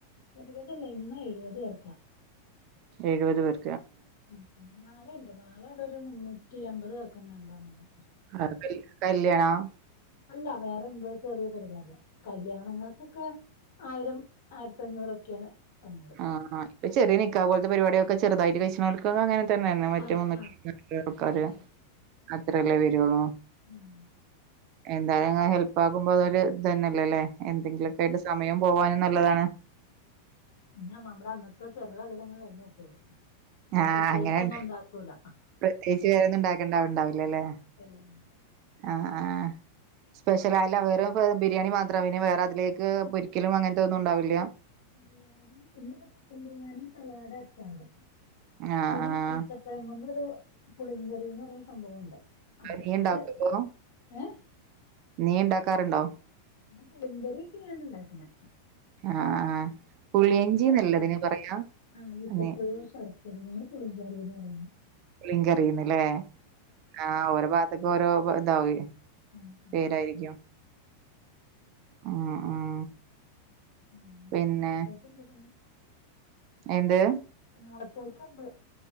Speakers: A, on the left; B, on the right.
A: ഇരുപതല്ല ഇന്ന എഴുപത പേർക്കാ
B: ഏഴുപത് പേർ
A: ഉം നാളെ ഇണ്ട് നാളെ അതൊരു മുന്നൂറ്റി അമ്പത് പേർക്ക്ങ് കണ്ടന്നോന്നു
B: ആ കല്യാണം
A: അല്ല വേറെന്തോ ചെറിയ പരിപാടിയാ കല്യാണങ്ങൾക്കൊക്കെ ആയിരം ആയിരത്തഞ്ഞൂറൊക്കെയാ. വന്നത്
B: ആഹ് ഇപ്പ ചെറിയ നിക്കാഹ് പോലത്തെ പരിപാടിയൊക്കെ ചെറുതായിട്ട് <unintelligible> അങ്ങനെ തന്നെ തന്നെ മറ്റേ
A: ആഹ്
B: <unintelligible>
A: ആഹ്
B: ആൾക്കാര്
A: അതെ
B: അത്രയല്ലേ വരുള്ളൂ.
A: ഉം
B: എന്തായാലും അങ്ങ് ഹെൽപ്പ് ആകുമ്പോ അതൊരു ഇത് തന്നെല്ലെ ല്ലെ? എന്തെങ്കിലുമൊക്കെ ആയിട്ട് സമയം പോവാനും നല്ലതാണ്.
A: പിന്നെ നമ്മുടെ അന്നത്തെ ചെലവ് അതിലങ്ങ് കഴിഞ്ഞ് പൊക്കോളും, പിന്നെ
B: ആഹ്
A: പ്രത്യേകിച്ചൊന്നും
B: അങ്ങനെണ്ട്
A: ഒണ്ടാക്കൂല.
B: പ്രത്യേകിച്ച് വേറെന്നും ഉണ്ടാക്കേണ്ടാവണ്ടാവില്ലല്ലേ.
A: എല്ലാം
B: ആ ആഹ് സ്പെഷ്യലായാല അവര് ബിരിയാണി മാത്രം പിനെ വേറെ അതിലേക്ക് പൊരിക്കലും അങ്ങൻത്തെ ഒന്നും ഉണ്ടാവില്ല
A: ബിരിയാണി പിന്നപ്പോ ചിക്കൻ ബിരിയാണി സലാഡ് അച്ചാറ്
B: ആഹ്
A: പിന്നെ
B: ആഹ്
A: ഈത്തപ്പഴം കൊണ്ടൊരു പുളിങ്കറീന്ന് പറഞ്ഞ സംഭവമുണ്ട് അത്
B: നീ ഉണ്ടാക്കോ
A: അത്
B: അപ്പൊ
A: ഏ
B: നീ ഇണ്ടാക്കാറ്ണ്ടോ
A: ഞാൻ പുളിങ്കറീപ്പ ഞാൻ ഇണ്ടാക്കിണെ
B: ആ ആ പുളിയിഞ്ചിന്നല്ലതിന്
A: ശർക്കരേം
B: പറയാ
A: ആഹ് ഇത്തപ്പഴോ
B: ന്നെ
A: ശർക്കരേം പുളിങ്കറീന്ന് പറയുന്നത്
B: ലിങ്കറിയുന്നില്ലേ ആഹ് ഓരെ ഭാത്ത്- ഓരോ വ ഇതാവും
A: ആഹ് ഉം
B: പേരായിരിക്കും ഉം ഉം
A: ഉം
B: പിന്നെ
A: നാളത്തേക്കുണ്ട് പണി
B: എന്ത്
A: നാളത്തേക്കുണ്ട്